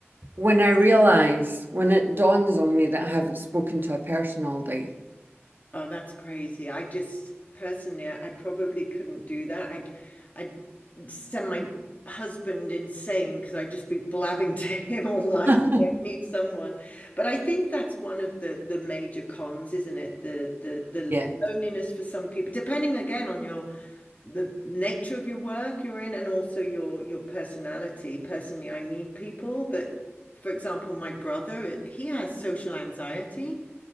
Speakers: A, on the right; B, on the left.
A: when I realize when it dawns on me that I haven't spoken to a person all day
B: Oh, that's crazy. I just personally, I I probably couldn't do that. I'd, I'd send my husband insane because I'd just be blabbing to <laughs> him all night.
A: <laughs>
B: I need someone. But I think that's one of the the major cons, isn't it? The the the
A: Yes.
B: loneliness for some people, depending again on your the nature of your work you're in and also your your personality. Personally, I need people, but for example, my brother, he has social anxiety.